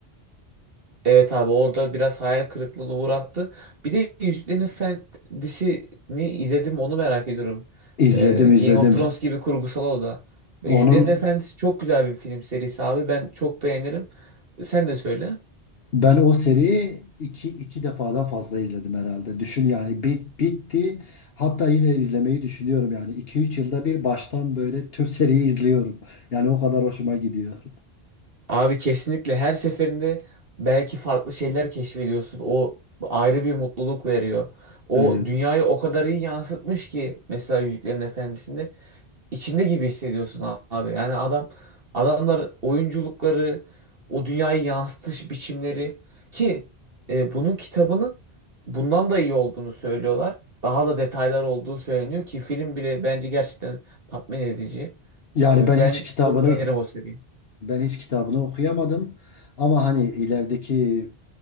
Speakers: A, on the right; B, on the left.
A: Evet abi orada biraz hayal kırıklığına uğrattı. Bir de Yüzüklerin Efendisi'ni izledim onu merak ediyorum.
B: İzledim
A: Ee,
B: izledim.
A: Game of Thrones gibi kurgusal o da. Yüzüklerin
B: Onun
A: Efendisi çok güzel bir film serisi abi ben çok beğenirim. Sen de söyle.
B: Ben o seriyi iki, iki defadan fazla izledim herhalde. Düşün yani bit, bitti. Hatta yine izlemeyi düşünüyorum yani. iki üç yılda bir baştan böyle tüm <laughs> seriyi izliyorum. Yani o kadar hoşuma gidiyor.
A: Abi kesinlikle her seferinde belki farklı şeyler keşfediyorsun. O ayrı bir mutluluk veriyor. O
B: Evet.
A: dünyayı o kadar iyi yansıtmış ki mesela Yüzüklerin Efendisi'nde. içinde gibi hissediyorsun abi. Yani adam adamlar oyunculukları, o dünyayı yansıtış biçimleri ki e, bunun kitabının bundan da iyi olduğunu söylüyorlar. Daha da detaylar olduğu söyleniyor ki film bile bence gerçekten tatmin edici.
B: Yani
A: E,
B: ben
A: ben
B: hiç kitabını
A: çok beğenirim o seriyi.
B: ben hiç kitabını okuyamadım. Ama hani ilerideki